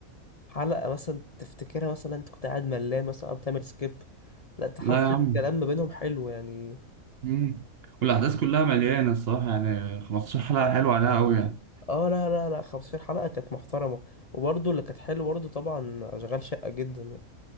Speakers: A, on the left; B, on the right.
A: حلقة مثلا تفتكرها مثلا انت كنت قاعد ملان مثلا أو بتعمل سكيب لا انت حتى
B: لا يا عم
A: الكلام ما بينهم حلو يعني
B: مم. والأحداث كلها مليانة الصراحة يعني 15 حلقة حلوة عليها أوي يعني
A: اه لا لا لا 15 حلقة كانت محترمة وبرضه اللي كانت حلوة برضه طبعا أشغال شقة جدا يعني